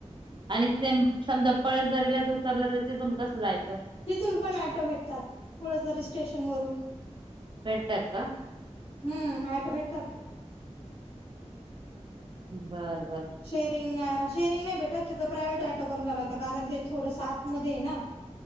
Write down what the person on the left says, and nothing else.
तिथून पण ॲटो भेटतात. पळसदरी स्टेशन वरून.
हं ऍटो भेटतात.
शेअरिंग, शेरिंग नाही भेटत, तिथ प्रायव्हेट ऍटो करून जाव लागतं कारण ते थोडंसं आतमध्ये आहे ना?